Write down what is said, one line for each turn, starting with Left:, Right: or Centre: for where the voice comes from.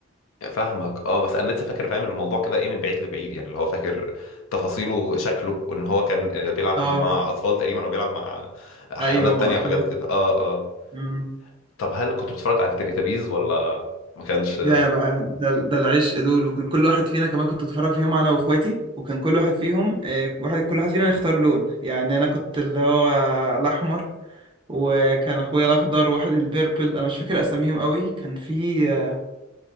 Left: فاهمك اه بس انا لسه فاكر فاهم الموضوع كده ايه من بعيد لبعيد يعني اللي هو فاكر تفاصيله شكله وان هو كان بيلعب
Right: اه
Left: مع اطفال تقريبا او بيلعب مع حيوانات
Right: ايوه مع
Left: تانية
Right: اطفال
Left: وحاجات كده اه اه
Right: امم
Left: طب هل كنت بتتفرج على التليتابيز ولا ما كانش
Right: ده بقى ده ده العشق دول وكان كل واحد فينا كمان كنت اتفرج فيهم انا واخواتي وكان كل واحد فيهم آه، واحد كل واحد فينا يختار لون يعني انا كنت اللي هو الاحمر وكان اخويا الاخضر واحد البيربل انا مش فاكر اساميهم قوي كان في آه،